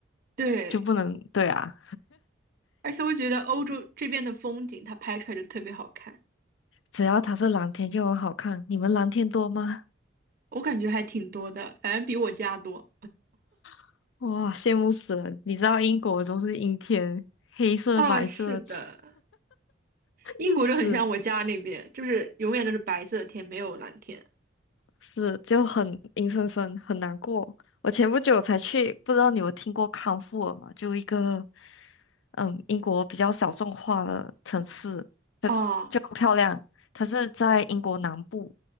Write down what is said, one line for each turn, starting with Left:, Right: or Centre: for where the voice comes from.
Right: 对，
Left: 就不能对啊。
Right: 而且我觉得欧洲这边的风景，它拍出来就特别好看，
Left: 只要它是蓝天就很好看。你们蓝天多吗？
Right: 我感觉还挺多的，反正比我家多。
Left: <laughs> 哇，羡慕死了！你知道英国都是阴天，黑色、
Right: 啊，
Left: 白色，
Right: 是的。
Left: <laughs>
Right: 英国就很像我家那边，
Left: 是。
Right: 就是永远都是白色的天，没有蓝天。
Left: 是就很阴森森，很难过。我前不久才去，不知道你有听过康沃尔吗？就一个嗯，英国比较小众化的城市，
Right: 啊，
Left: 它就很漂亮。它是在英国南部，